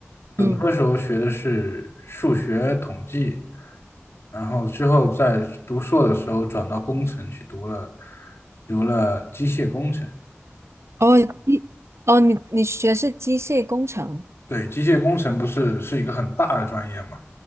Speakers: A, on the left; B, on the right.
A: 本科时候学的是数学统计，
B: 嗯，
A: 然后之后在读硕的时候转到工程去读了，读了机械工程。
B: 哦，机，哦，你你学是机械工程。
A: 对，机械工程不是是一个很大的专业嘛，